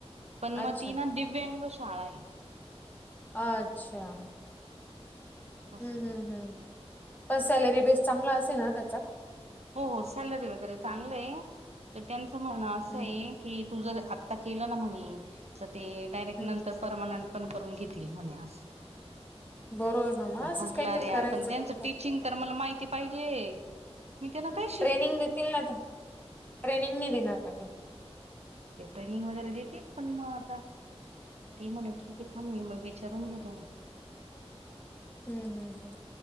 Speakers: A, on the right; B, on the left.
A: पण
B: अच्छा
A: मग ती ना दिव्यांग शाळा आहे.
B: अच्छा.
A: असं
B: हम्म हम्म हम्म, पण सॅलरी बेस चांगला असेल ना त्याचा?
A: हो हो सॅलरी वगैरे चांगलं आहे,, तर त्यांचं म्हणणं असंय
B: हम्म
A: की तू जर आता केलं ना म्हणे, तर ते डायरेक्ट
B: हम्म
A: नंतर परमनंट पण करून घेतील म्हणे असं.
B: बरोबर ना मग
A: पण
B: असंच
A: म्हंटलं
B: काहीतरी
A: रे यार
B: करायचं
A: पण त्यांचं
B: फक्त.
A: टीचिंग तर मला माहिती पाहिजे. मी त्यांना काहीच
B: ट्रेनिंग देतील ना ते, ट्रेनिंग नाही देणार का ते?
A: ते ट्रेनिंग वगैरे देतील, पण मग आता ती म्हणे की थांब मग विचारून घेतो ना.
B: हम्म हम्म,